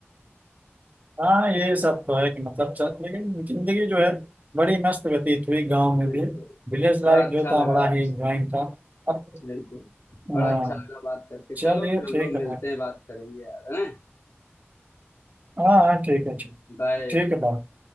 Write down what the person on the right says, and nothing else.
हाँ ये सब तो है कि मतलब चल लेकिन जिंदगी जो है बड़ी मस्त व्यतीत हुई गांव में
भी विलेज
लाइफ
जो था
बड़ा
ही इंजॉइंग था अब
हाँ,
चलिए
ठीक
है भाई
हाँ हाँ ठीक है ठीक
ठीक है बाय